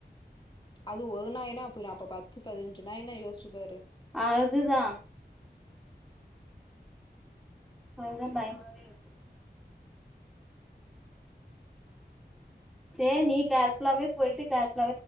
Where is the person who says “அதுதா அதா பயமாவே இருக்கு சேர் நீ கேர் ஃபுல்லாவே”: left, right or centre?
Centre